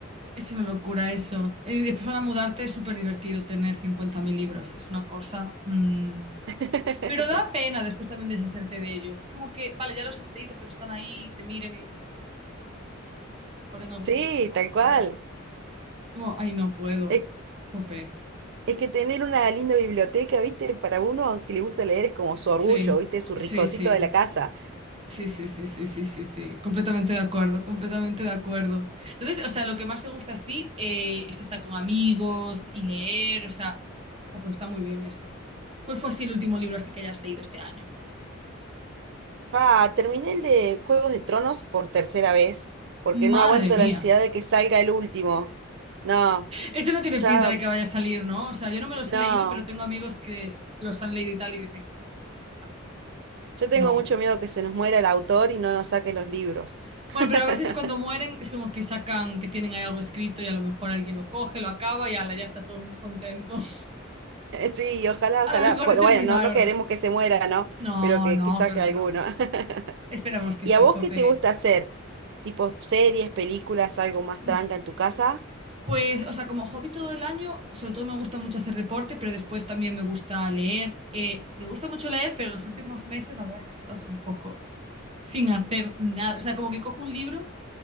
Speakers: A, on the right; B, on the right.
A: Es una locura eso. Y después para mudarte es súper divertido tener 50.000 libros. Es una cosa... mm.
B: <laughs>
A: Pero da pena después también deshacerte de ellos. Es Como que, vale, ya los has leído, pero están ahí, te miran y dices que no puedo vender. A lo mejor en algún
B: Sí,
A: momento te cojo
B: tal
A: otra
B: cual.
A: vez. Es como, ay, no puedo.
B: Es,
A: Jope.
B: es que tener una linda biblioteca, viste, para uno que le gusta leer es como su orgullo,
A: Sí,
B: viste, su
A: sí,
B: ricocito
A: sí.
B: de la casa.
A: Sí, sí, sí, sí, sí, sí, sí. Completamente de acuerdo, completamente de acuerdo. Entonces, o sea, lo que más te gusta, sí, eh, es estar con amigos y leer, o sea, oh, pues está muy bien eso, ¿eh? ¿Cuál fue así el último libro así que hayas leído este año?
B: Ah, terminé el de Juegos de Tronos por tercera vez, porque no
A: Madre
B: aguanto
A: mía.
B: la ansiedad de que salga el último. No,
A: Ese no tiene
B: ya,
A: pinta de que vaya a salir, ¿no? O sea, yo no me los
B: no.
A: he leído, pero tengo amigos que los han leído y tal y dicen, "Ah,
B: Yo tengo
A: no.
B: mucho miedo que se nos muera el autor y no nos saque los libros. <laughs>
A: Bueno, pero a veces cuando mueren es como que sacan que tienen ahí algo escrito y a lo mejor alguien lo coge, lo acaba y ala, ya está todo el mundo contento. <laughs>
B: Sí, ojalá,
A: A
B: ojalá.
A: lo mejor
B: Pero
A: es el
B: bueno,
A: milagro.
B: no, no queremos que se muera, ¿no?
A: No,
B: Pero que,
A: no,
B: que saque
A: claro que
B: alguno.
A: no.
B: <laughs>
A: Esperamos que
B: ¿Y
A: sí,
B: a vos
A: Jope.
B: qué te gusta hacer? ¿Tipo series, películas, algo más
A: Y
B: tranca en tu casa?
A: pues, o sea, como hobby todo el año, sobre todo me gusta mucho hacer deporte, pero después también me gusta leer. Eh, me gusta mucho leer, pero los últimos meses la verdad es que he estado así un poco sin hacer nada. O sea, como que cojo un libro